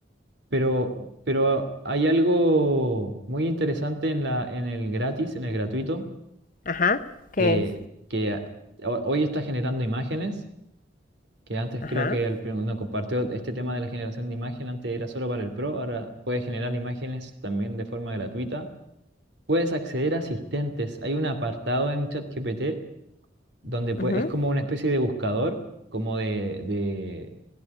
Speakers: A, on the right (about 70°); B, on the left (about 45°).
A: Pero, pero hay algo muy interesante en la, en el gratis, en el gratuito,
B: Ajá, ¿qué
A: que,
B: es?
A: que a- ho- hoy está generando imágenes, que antes
B: Ajá,
A: creo que el, prim- no, compartió este tema de la generación de imagen, antes era solo para el pro, ahora puedes generar imágenes también de forma gratuita. Puedes acceder a asistentes. Hay un apartado en ChatGPT donde pue-
B: ujú,
A: es como una especie de buscador, como de, de,